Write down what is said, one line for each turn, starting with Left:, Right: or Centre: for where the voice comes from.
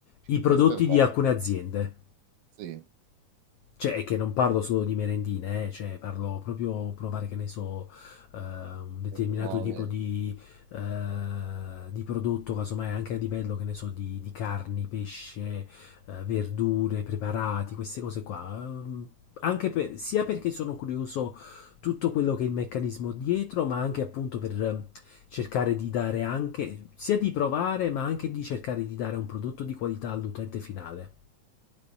Left: i prodotti
Right: Questo è bello.
Left: di alcune aziende.
Right: Sì,
Left: Cioè, è che non parlo solo di merendine, eh, cioè parlo proprio provare, che ne so, eh, un determinato
Right: cose nuove.
Left: tipo di, eh, di prodotto, casomai anche a livello, che ne so, di, di carni, pesce, eh, verdure, preparati, queste cose qua. Ehm, Anche per- sia perché sono curioso tutto quello che è il meccanismo dietro, ma anche appunto per eh, cercare di dare anche, sia di provare, ma anche di cercare di dare un prodotto di qualità all'utente finale.